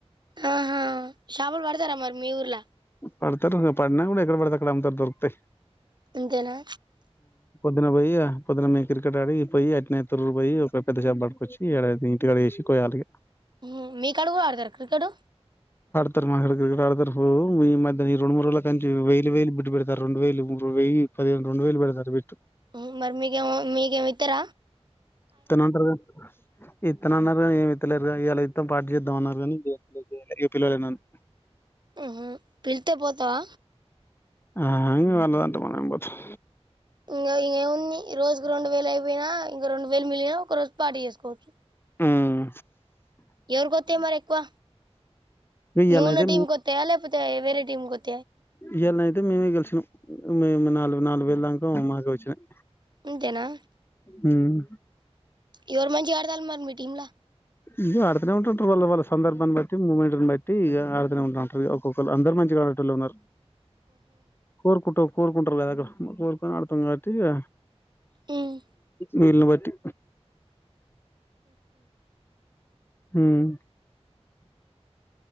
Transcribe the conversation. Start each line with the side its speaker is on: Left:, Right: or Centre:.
Right: ఆహా షాపలు పడుతారా మరి మీ ఊర్లా
Left: పడుతారు పడినా కూడా ఎక్కడ పడితే అక్కడ అమ్ముతారు దొరుకుతాయి
Right: అంతేనా
Left: దున పోయి పోద్దున మేకిర్ కాడ ఆడిగి పోయి అట్నే తొర్రురు పోయి ఒక పెద్దషప పట్టుకొచ్చిన ఇగ ఆడ ఇంటి కాడేసి ాలిగా
Right: మ్ హు మీకా కూడా ఆడుతారు క్రికెట్
Left: తరు మా కాడ క్రికెట్ ఆడుతారు ఈ మధ్య ఈ రెండు ముడు రోజుల కంచి వేలు వేలు బిట్టు పెడుతాళ్ళు రెండు వేలు వెయ్యి పది వేలు రెండు వేలు పెడుతాళ్లు బిట్టు
Right: మ్ మరి మీకేమొ మీకేం ఇతర
Left: తనంటరు గన్ ఇత్తనన్నారు కానీ ఎం ఇత్తలేరునీ గ ఇయలా ఇత్తం పార్టి చేద్దామన్నారు కానీ దెం లే ఇగ పిల్లలేనన్
Right: ఆహ పిళ్తే పోతావా
Left: ఆ ఇగ వళ్ళదాంటే మనమేం పోతాం
Right: ఇంగ ఇంగేమ్ న్ని రోజుకి రెండు వేలు అయిపోయినా ఇంక రెండు వేలు మిలిన ఒక రోజు పార్టి చేసుకోవచ్చు
Left: ఉమ్
Right: ఎవరికోతాయి మరి ఎక్కువ
Left: ఇయ్యాలనైతే
Right: నువ్ ఉన్న టీీమ్ గొత్తాయ లేపోతే వేరే టీమ్ కోత్
Left: ఎయ్యళనైతే మేమే గెలిసినాం మేము నాలుగు నాలుగు వెయిల దాన్క మాకే వచ్చినాయి
Right: అంతేనా
Left: హ్మ్.
Right: ఎవరు మంచిగ ఆడుతాళ్ళు మరి మీ టీంలా
Left: ఇగ అడుతనే ఉంటాం టువెల్ వాళ్ళ సందర్భాన్ని బట్టి మూమెంట్ని బట్టి ఇగ అడుతనే ఉంటంట్రూ ఒక్కొక్కరు అందరు మంచిగా అడ్ టోళ్ళే ఉన్నారు కోరుకుంటా కోరుకుంటారు కదా అక్కడ కోరుకోని ఆడుతాం కాబట్టి ఇగ
Right: మ్
Left: వీలును బట్టి మ్